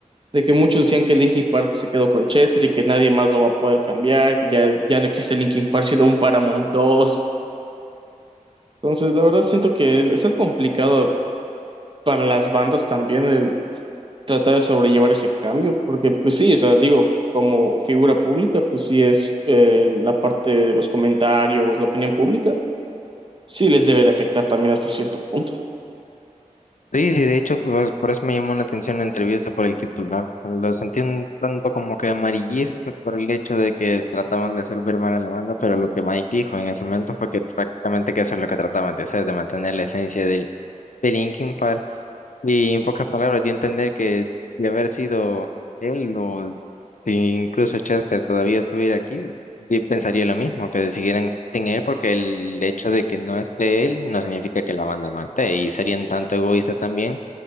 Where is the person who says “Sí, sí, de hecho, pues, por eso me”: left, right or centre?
Left